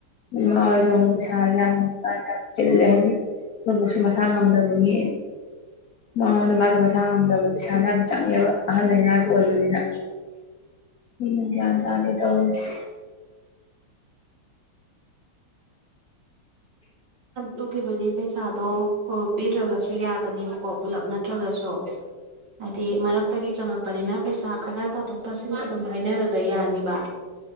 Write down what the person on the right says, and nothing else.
ꯂꯨꯈꯤꯕꯗꯤ ꯄꯩꯁꯥꯗꯣ ꯐꯨꯜ ꯄꯤꯗ꯭ꯔꯒꯁꯨ ꯌꯥꯒꯅꯦꯕꯀꯣ ꯄꯨꯂꯞ ꯅꯠꯇ꯭ꯔꯒꯁꯨ ꯍꯥꯏꯗꯤ ꯃꯔꯛꯇꯒꯤ ꯆꯪꯉꯛꯄꯅꯤꯅ ꯄꯩꯁꯥ ꯈꯔ ꯇꯥꯊꯣꯛ ꯇꯥꯁꯤꯟ ꯑꯗꯨꯝ ꯍꯥꯏꯅꯔꯒ ꯌꯥꯅꯤꯕ